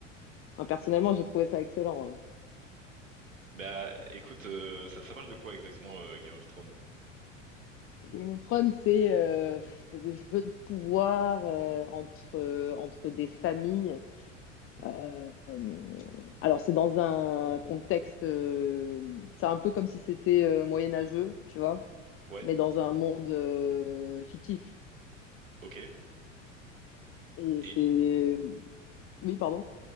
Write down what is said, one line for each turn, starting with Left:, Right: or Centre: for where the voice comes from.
Left: Enfin, personnellement,
Right: il-
Left: j'ai trouvé ça excellent. ouais.
Right: Bah écoute, euh, ça, ça parle de quoi exactement euh, Game of Thrones?
Left: Game of Thrones, c'est euh, c'est des jeux de pouvoir euh, entre, euh, entre des familles. Euh, alors, c'est dans un contexte, euh, c'est un peu comme si c'était euh, moyenâgeux, tu vois,
Right: Ouais,
Left: mais dans un monde euh, fictif.
Right: ok.
Left: Et
Right: Et,
Left: c'est... Oui, pardon.